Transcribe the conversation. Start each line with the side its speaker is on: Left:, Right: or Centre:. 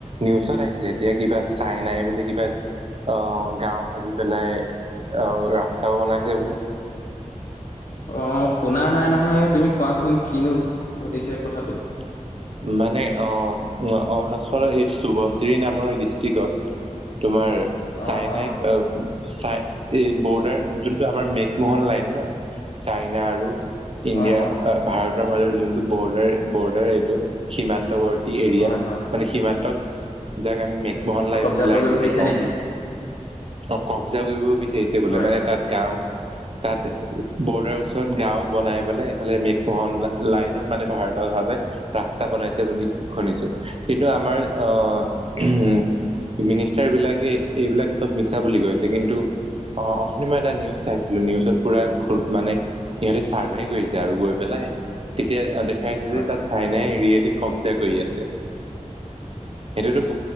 Right: নিউজত আহিছে এতিয়া কিবা চাইনাই বুলি কিবা <unintelligible> আহ গাঁও সাজি পেলাই আহ ৰাস্তাও বনাইছে বোলে। <unintelligible>
Left: অ শুনা নাই নহয় তুমি কোৱাচোন কিনো। <unintelligible> কথাটো
Right: <unintelligible> মানে অ <inaudible> অৰুণাচলৰ এই সুভনজিৰি নামৰ ডিষ্ট্ৰিক্ত <unintelligible> তোমাৰ চাইনাই
Left: অ অ
Right: চাই <unintelligible> এই বৰ্ডাৰ যোনটো আমাৰ মেকমোহন লাইন ন চাইনা আৰু <unintelligible> ইণ্ডিয়া
Left: অ অ
Right: ভাৰতৰ মাজৰ যোনটো বৰ্ডাৰ বৰ্ডাৰ এইটো সীমান্তবৰ্তী। এৰিয়াত
Left: হয় হয়
Right: মানে সীমান্তত যাক আমি - মহান লাইফ
Left: কব্জা কৰিব
Right: লাইন
Left: বিচাৰিছে
Right: বুলি কওঁ।
Left: নেকি
Right: অ কব্জা কৰিব বিচাৰিছে বোলে
Left: হয়
Right: মানে
Left: হয়
Right: তাত গাওঁ। তাত বৰ্ডাৰ ওচৰত গাওঁ বনাই পেলাইফালে মেঘমোহন লাইনৰ মানে ভাৰত - ভাৱে ৰাস্তা বনাইছে বুলি শুনিছো কিন্তু আমাৰ আহ উম - মিনিষ্টাৰবিলাকে এইবিলাক চব মিছা বুলি কৈছে কিন্তু অ অথনি মই এটা নিউজ চাইছিলো নিউজত পুৰা মানে সিহঁ চাৰ্ভে কৰিছে আৰু গৈ পেলাইে তেতিয়া এ দেখাইছে
Left: হয়
Right: যে তাত চাইনাই ৰিয়েলি কব্জা কৰি আছে সেইটোতো -